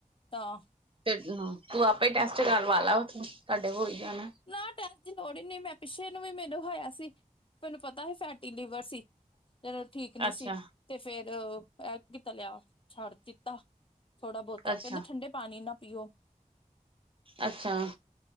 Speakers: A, on the left; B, on the right.
A: ਤਾਂ
B: ਤੇ ਤੂੰ ਆਪੇ ਹੀ ਟੈਸਟ ਕਰਵਾ ਲਾ ਉਥੋ, ਤੁਹਾਡੇ ਹੋ ਹੀ ਜਾਣਾ
A: ਨਾ ਟੈਸਟ ਦੀ ਲੋੜ ਹੀ ਨ ਮੈਂ ਪਿੱਛੇ ਨੂੰ ਵੀ ਮੈਨੂੰ ਹੋਇਆ ਸੀ, ਮੈਨੂੰ ਪਤਾ ਹੀ ਫੈਟੀ ਲੀਵਰ ਸੀ ਚਲੋ ਠੀਕ ਨੀ
B: ਅੱਛਾ
A: ਸੀ, ਤੇ ਫੇਰ ਇਹ ਐਤਕੀ ਤਲਿਆ ਛੱਡ ਦਿੱਤਾ ਥੋੜਾ ਬਹੁਤਾ,
B: ਅੱਛਾ
A: ਕਹਿੰਦੇ ਠੰਡੇ ਪਾਣੀ ਨਾ ਪੀਓ
B: ਅੱਛਾ